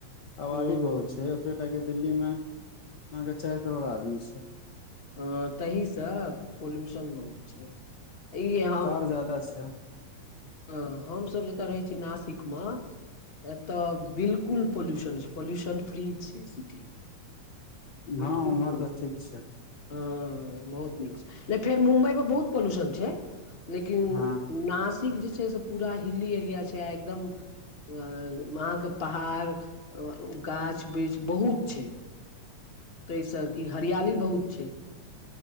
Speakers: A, on the left (about 80°); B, on the left (about 30°).
A: आबादी
B: हूँ
A: बहुत छै। <unintelligible> टा के दिल्ली में अहां के चैर करोड़ आदमी छै।
B: ह तहिसँ पोल्यूशन बहुत छै। ई ह
A: जाद <inaudible>
B: अ हमस जतय रहै छी नासिक मे एतय बिलकुल पॉल्यूशन छैए पॉल्यूशन फ्री छय सिटी बिलकुल
A: हँ उम्हर
B: <inaudible>
A: तऽ ठीक छै हँ
B: हँ बहुत नीक छै नय फेर मुम्बई मे बहुत पॉल्यूशन छै लेकिन
A: ह
B: न तेक जे छै से पूरा हिली एरिया छै एकदम वहाँ के पहाड़ गाछ वृक्ष बहुत छै ताहिसँ कि हरियाली बहुत छैय